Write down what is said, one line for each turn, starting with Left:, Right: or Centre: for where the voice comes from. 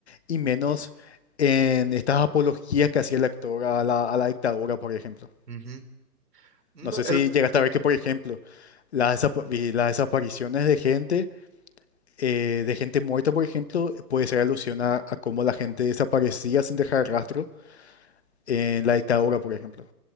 Left: y menos en estas apologías que hacía el actor a la, a la dictadura, por ejemplo.
Right: Ujú. No,
Left: No sé
Right: el-
Left: si llegaste
Right: el-
Left: a ver que, por ejemplo, las, desap- vi las desapariciones de gente eh, de gente muerta, por ejemplo, puede ser alusión a, a cómo la gente desaparecía sin dejar rastro en la dictadura, por ejemplo.